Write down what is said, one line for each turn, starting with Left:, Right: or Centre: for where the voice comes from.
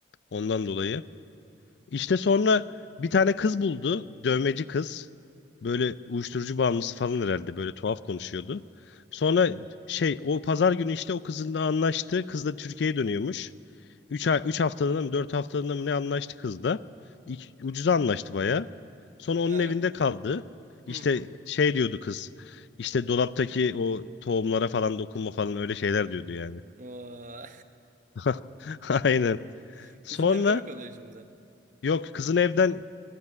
Left: Ondan dolayı. İşte sonra bir tane kız buldu. Dövmeci kız. Böyle uyuşturucu bağımlısı falan herhalde. Böyle tuhaf konuşuyordu. Sonra şey o pazar günü işte o kızınla anlaştı. Kız da Türkiye'ye dönüyormuş. üç ay, üç haftalığına mı 4 haftalığına mı ne anlaştı kız da. İki- ucuza anlaştı baya. Sonra
Right: Ha.
Left: onun evinde kaldı. İşte
Right: Hı hı.
Left: şey diyordu kız. İşte dolaptaki o tohumlara falan dokunma falan öyle şeyler diyordu yani.
Right: Oo.
Left: <laughs> Aynen.
Right: <laughs>
Left: Sonra
Right: Kızın evde mi kalıyor şimdi?
Left: yok kızın evden